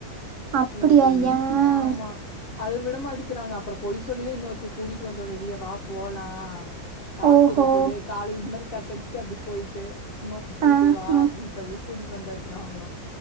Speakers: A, on the right; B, on the left.
A: அப்படியா?
B: இன்னக்கி
A: ஏன்?
B: ஆமா அது விடமாட்டிக்கிறாங்க அப்ரோ பொய் சொல்லிதா இன்னொருத்தி கூட்டிட்டு வந்தோ வெளியே வா போலா யாருக்
A: ஓஹோ!
B: தெரிய போது காலேஜ் மாரி கட்டடிச்சுட்டு அப்டி போயிட்டு சும்மா சுத்திட்டு
A: ஆஹ.
B: வா அப்டின்னு சொல்லி கூட்டிட்டு வந்தாச்சு நாங்களு